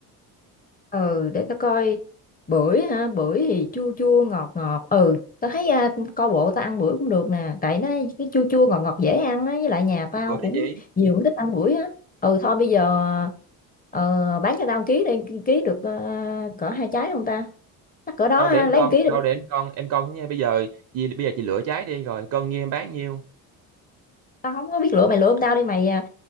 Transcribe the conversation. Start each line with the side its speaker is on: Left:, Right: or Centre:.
Left: ừ để tao coi bưởi hả bưởi thì chua chua ngọt ngọt ừ tao thấy à, coi bộ tao ăn bưởi cũng được nè tại nó cái chua chua ngọt ngọt dễ ăn á với lại nhà tao
Right: bưởi đó
Left: cũng
Right: chị
Left: nhiều người thích ăn bưởi á ừ thôi bây giờ ờ, bán cho tao một ký đi ký được ờ, cỡ hai trái không ta chắc cỡ đó
Right: đâu
Left: ha
Right: để em
Left: lấy
Right: cân
Left: một ký
Right: đâu
Left: đi
Right: để em cân em cân nha bây giờ chị bây giờ chị lựa trái đi rồi cân nhiêu em bán nhiêu
Left: tao không có biết lựa mày lựa không tao đi mày à,